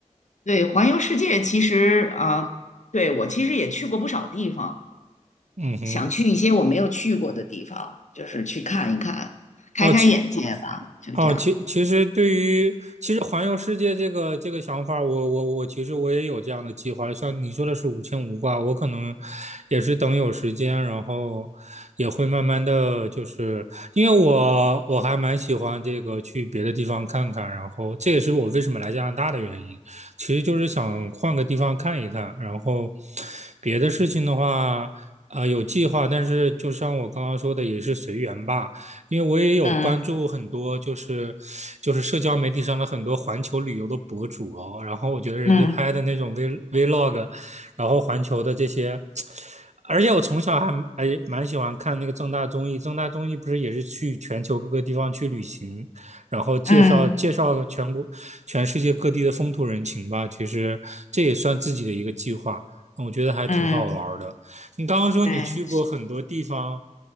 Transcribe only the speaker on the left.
对，环游世界其实啊、对，我其实也去过不少地方，
想去一些我没有去过的地方，就是去看一看，开开眼界吧，
就这样。
嗯
嗯
嗯
嗯，
对。